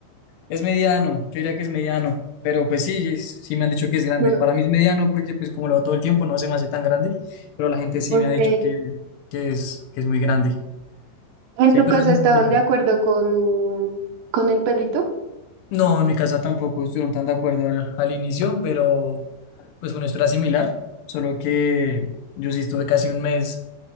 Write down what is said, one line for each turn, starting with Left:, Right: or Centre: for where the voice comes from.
Left: Es mediano, yo diría que es mediano, pero pues sí, es- sí me han dicho que es grande.
Right: No,
Left: Para mí es mediano porque pues como lo hago todo el tiempo no se me hace tan grande, pero la gente sí
Right: ok.
Left: me ha dicho que, que es, que es muy grande.
Right: ¿En
Left: Sí,
Right: tu
Left: pero
Right: casa
Left: es muy
Right: estaban
Left: bonito.
Right: de acuerdo con, con el perrito?
Left: No, en mi casa tampoco estuvieron tan de acuerdo al, al inicio, pero pues fue una historia similar, solo que yo sí estuve casi un mes